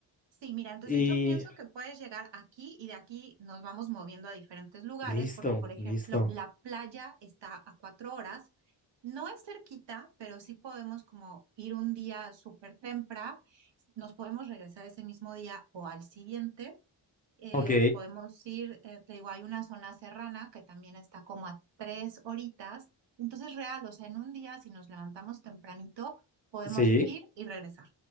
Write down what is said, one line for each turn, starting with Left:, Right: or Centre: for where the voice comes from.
Right: Sí, mira, entonces
Left: Y
Right: yo pienso que puedes llegar aquí y de aquí nos vamos moviendo a diferentes lugares,
Left: listo,
Right: porque por ejemplo,
Left: listo.
Right: la playa está a cuatro horas, no es cerquita, pero sí podemos como ir un día súper temprano, nos podemos regresar ese mismo día o al siguiente, eh,
Left: Ok,
Right: podemos ir, eh, te digo, hay una zona serrana que también está como a tres horitas, entonces real, o sea, en un día si nos levantamos tempranito, podemos
Left: sí.
Right: ir y regresar.